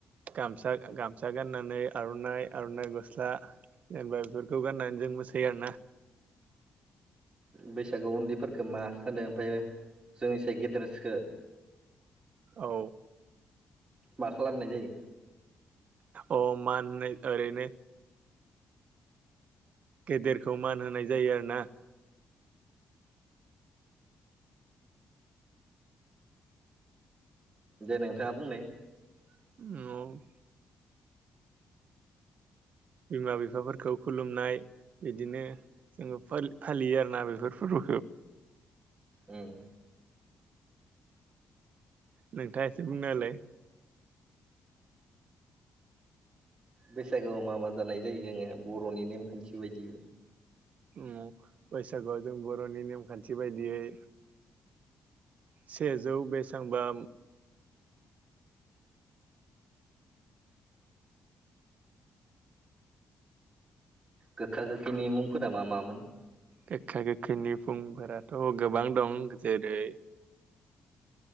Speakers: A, on the right; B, on the right.
A: गामसा गाननानै गाननानै आर'नाइ आर'नाइ गस्ला जेनेबा बेफोरखौ गाननानै जों मोसायो आरोना।
B: बैसागुआव उन्दैफोरखौ मा होनो ओमफ्राय जोंनिसाय गेदेरखो।
A: औ।
B: मा खालामनाय जायो?
A: अ माननो ओरैनो। गेदेरखौ। मान होनाय जायो आरो ना।
B: दे नोंथाङा बुंनाय।
A: <inaudible> बिमा बिफाफोरखौ खुलुमनाय बिदिनो जोङो फा-फालियो आरोना बेफोर। <inaudible> ओ
B: उम
A: नोंथाङा एसे बुंना होलाय।
B: बैसागोआव मा मा जानाय जायो जोङो बर'नि नेमखान्थि बायदि।
A: ओ बैसागुआव जों बर'नि नेमखान्थि बायदियै। सेजौ बेसांबा।
B: गोखा गोखैनि मुंफोरा मा मामोन?
A: गोगखा गोगखैनि फुं फोराथ' गोबां दं जेरै